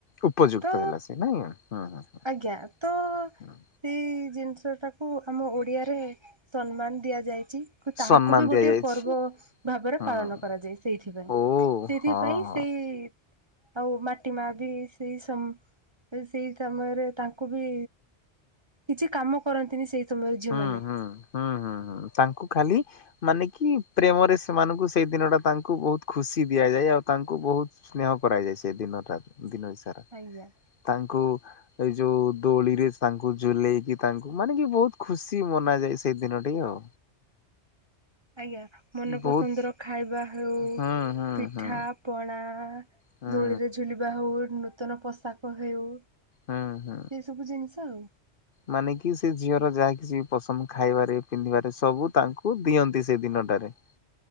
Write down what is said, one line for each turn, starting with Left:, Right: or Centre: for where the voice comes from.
Left: ଉପଯୁକ୍ତ
Right: ତ
Left: ହେଲା ସିଏ ନାଇଁ ହୁଁ ହୁଁ ହୁଁ ହୁଁ।
Right: ଆଜ୍ଞା ତ ସେଇ ଜିନିଷଟାକୁ ଆମ ଓଡ଼ିଆରେ ସମ୍ମାନ ଦିଆଯାଇଚି। କୁ ତାହାକୁ
Left: ସମ୍ମାନ
Right: ବି ଗୋଟିଏ
Left: ଦିଆଯାଇଛି
Right: ପର୍ବ ଭାବରେ
Left: ହଁ।
Right: ପାଳନ କରାଯାଏ ସେଇଥିପାଇଁ।
Left: ଓ
Right: ସେଇଥିପାଇଁ
Left: ହଁ ହଁ
Right: ସେଇ ଆଉ ମାଟି ମା ବି ସେଇ ସମ ସେଇ ସମୟରେ ତାଙ୍କୁ ବି କିଛି କାମ କରନ୍ତିନି ସେଇ ସମୟରେ ଝିଅମାନେ
Left: ହୁଁ-ହୁଁ-ହୁଁ-ହୁଁ-ହୁଁ। ତାଙ୍କୁ ଖାଲି ମାନେ କି ପ୍ରେମରେ ସେମାନଙ୍କୁ ସେଇ ଦିନଟା ତାଙ୍କୁ ବହୁତ ଖୁସି ଦିଆଯାଏ। ଆଉ ତାଙ୍କୁ ବହୁତ ସ୍ନେହ କରାଯାଇ ସେଇ ଦିନଟା, ଦିନଇସାରା।
Right: ଆଜ୍ଞା।
Left: ତାଙ୍କୁ ଏଇ ଯୋଉ ଦୋଳିରେ ତାଙ୍କୁ ଝୁଲେଇକି ତାଙ୍କୁ, ମାନେ କି ବହୁତ ଖୁସି ମନାଯାଏ, ସେଇ ଦିନଟି ଆଉ।
Right: ଆଜ୍ଞା। ମନପସନ୍ଦର
Left: ବହୁତ
Right: ଖାଇବା ହେଉ,
Left: ହୁଁ ହୁଁ
Right: ପିଠା
Left: ହୁଁ
Right: ପଣା,
Left: ହୁଁ
Right: ଦୋଳିରେ ଝୁଲିବା ହଉ, ନୂତନ ପୋଷାକ ହେଉ
Left: ହୁଁ ହୁଁ।
Right: ଏଇ ସବୁ ଜିନିଷ ଆଉ।
Left: ମାନେ କି ସେଇ ଝିଅର ଯାହା କିଛି ପସନ୍ଦ ଖାଇବାରେ, ପିନ୍ଧିବାରେ, ସବୁ ତାଙ୍କୁ ଦିଅନ୍ତି ସେଇ ଦିନଟାରେ।